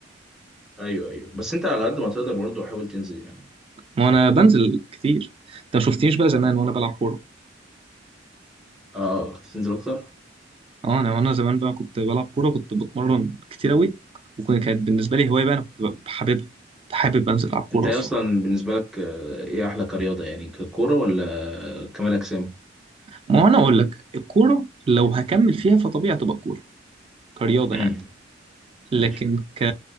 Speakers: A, in the centre; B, on the right.
A: ايوه ايوه بس انت على قد ما تقدر برضه حاول تنزل يعني
B: ما هو انا بنزل كتير انت ما شفتنيش بقى زمان وانا بلعب كوره
A: اه تنزل اكتر
B: اه انا وانا زمان بقى كنت بلعب كوره كنت بتمرن كتير قوي وكانت كانت بالنسبه لي هوايه بقى انا كنت بحببها كنت حابب انزل العب كوره
A: انت إيه
B: اصلا
A: اصلا بالنسبه لك آه، ايه احلى كرياضه يعني ككوره ولا كمال اجسام
B: ما هو انا اقول لك الكوره لو هكمل فيها فطبيعي تبقى كوره كرياضه
A: امم
B: يعني لكن
A: ماشي
B: ك...